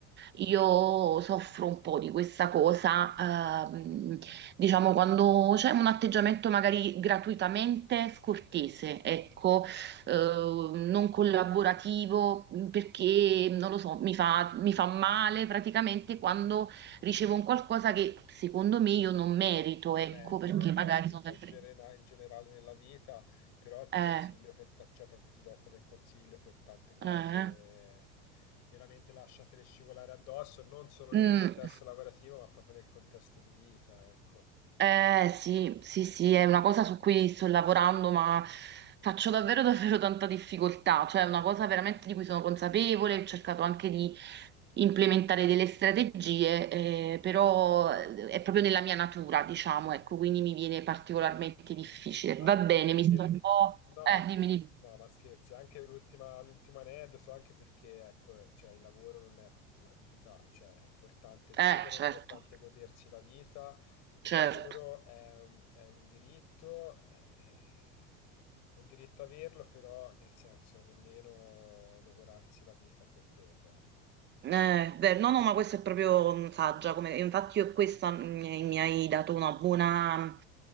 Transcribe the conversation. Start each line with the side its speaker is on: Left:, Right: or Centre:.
Right: io soffro un po' di questa cosa, ehm, diciamo quando c'è un atteggiamento magari gratuitamente scortese, ecco, eh, non collaborativo, perché non lo so, mi fa mi fa male praticamente quando ricevo un qualcosa che secondo me io non merito,
Left: non
Right: ecco,
Left: merito,
Right: perché
Left: beh,
Right: magari
Left: cioè, so questo
Right: sono sempre...
Left: in, genera- in generale nella vita, però ti
Right: Eh,
Left: consiglio per ta- cioè proprio ti do come consiglio per tante cose,
Right: eh,
Left: veramente lasciatele scivolare addosso, non solo
Right: mm,
Left: nel contesto lavorativo, ma proprio nel contesto di vita, ecco.
Right: eh, sì, sì, sì, è una cosa su cui sto lavorando, ma faccio davvero, <laughs> davvero tanta difficoltà, cioè è una cosa veramente di cui sono consapevole, ho cercato anche di implementare delle strategie, eh, però eh, è proprio nella mia natura, diciamo, ecco, quindi mi viene particolarmente difficile.
Left: Anche
Right: Va bene,
Left: perché,
Right: mi sto un po'...
Left: no,
Right: Eh,
Left: te-
Right: dimmi, dimmi.
Left: no, ma scherzi, anche l'ultima, l'ultimo aneddoto, so anche perché, ecco, cioè, il lavoro non è la vita, cioè, è importante vivere,
Right: Eh, certo,
Left: è importante godersi la vita, il
Right: certo.
Left: lavoro è un, è un diritto, eh, è un diritto averlo, però, nel senso, nemmeno logorarsi la vita per quello, ecco.
Right: Eh, beh, no, no, ma questa è proprio mm, saggia, come, e infatti io questa mm, mi hai dato una buona,